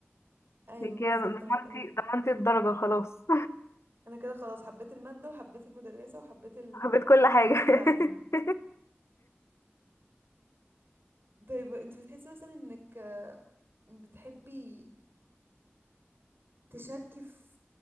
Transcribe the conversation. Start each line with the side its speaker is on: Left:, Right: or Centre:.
Right: ايوه
Left: بيكي
Right: بالظبط
Left: ضمنتي
Right: انا غ-
Left: ضمنتي الدرجة خلاص
Right: انا كده خلاص حبيت المادة وحبيت المدرسة وحبيت
Left: <laughs>
Right: ال-
Left: حبيت كل حاجة
Right: التعليم
Left: <laughs>
Right: طيب انت بتحسي مثلا انك بتحبي تشاركي في